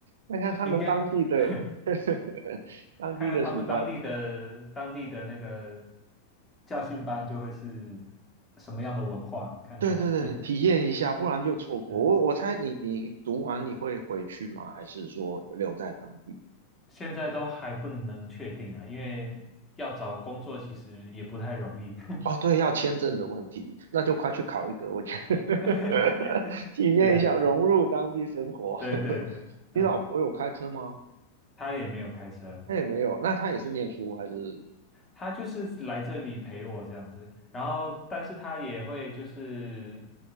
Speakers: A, on the right; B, on the left.
A: 看看他们当地的
B: 应该看看
A: <laughs> 当地的习惯。
B: 看他们当地的当地的那个驾训班就会是什么样的文化，看看。
A: 对对对，
B: <laughs> 哼，
A: 体验一下，不然就错过。
B: 嗯，
A: 我我猜你你读完你会回去吗？还是说留在当地？
B: 现在都还不能确定啊，因为要找工作其实也不太容易。
A: 哦，对，要签证的问题，那就快去考一个，我觉得
B: <laughs>
A: <laughs> 体验一下融入当地生活。
B: 对对对对对对，
A: <laughs>
B: 对嗯，
A: 你老婆有开车吗？
B: 他也没有开车，
A: 那也没有，那她也是念书还是？
B: 他就是来这里陪我这样子，然后但是他也会就是